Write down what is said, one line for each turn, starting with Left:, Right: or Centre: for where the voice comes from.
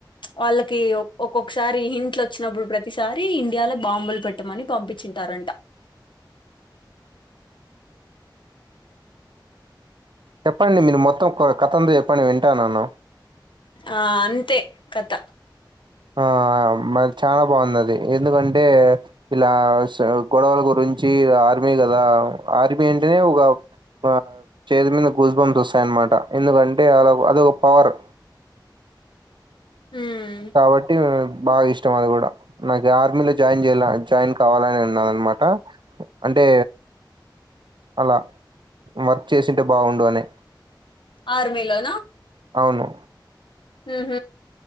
Left: వాళ్ళకి ఒక్కొక్కసారి హింట్లు వోచ్చినప్పుడు ప్రతిసారి ఇండియాలో బాంబ్ బులు పెట్టమని పంపించి ఉంటారంట
Right: చెప్పండి మీరు మొత్తం కథంత చెప్పండి. వింటా నేను
Left: ఆ అంతే కథ
Right: ఆ ఆ మా చానా బాగుంది. ఎందుకంటే ఇలా గొడవల గురించి ఆ ఆర్మీ కదా ఆర్మీ అంటేనే ఒక ఆ చేతి మీద గుస్బమ్స్ వస్తాయన్నమాట ఎందుకంటే అలా అధోక పవర్
Left: ఉమ్
Right: కాబట్టి బాగా ఇష్టం అది కూడా నాకు ఆర్మీలో జాయిన్ చేయ జాయిన్ కావాలనీ ఉన్నాది. అన్నమాట అంటే అలా వర్క్ చేసింటే బాగుండు అని
Left: ఆర్మీలోనా
Right: అవును
Left: ఉహ